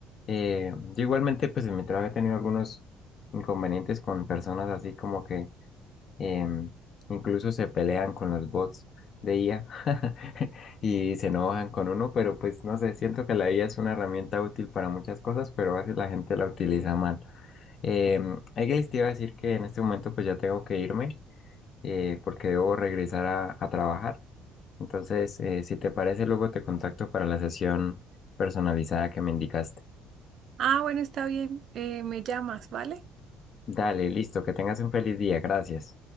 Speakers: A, on the left; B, on the right.
A: Eh, yo igualmente pues en mi trabajo he tenido algunos inconvenientes con personas así como que em, incluso se pelean con los bots de IA <laughs> y se enojan con uno, pero pues no sé, siento que la IA es una herramienta útil para muchas cosas, pero a veces la gente la utiliza mal. Em, Eglis, te iba a decir que en este momento pues ya tengo que irme eh, porque debo regresar a, a trabajar. Entonces, eh, si te parece, luego te contacto para la sesión personalizada que me indicaste.
B: Ah, bueno, está bien, eh, me llamas, ¿vale?
A: Dale, listo, que tengas un feliz día, gracias.